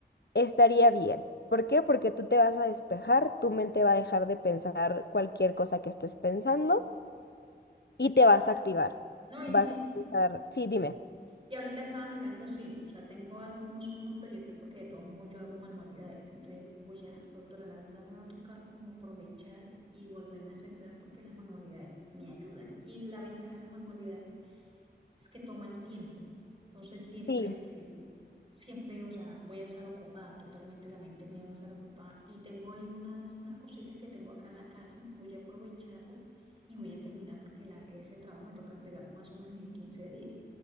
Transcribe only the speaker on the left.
estaría bien. ¿Por qué? Porque tú te vas a despejar, tu mente va a dejar de pensar cualquier cosa que estés pensando y te vas a activar.
Vas
a pensar, sí, dime.
Sí,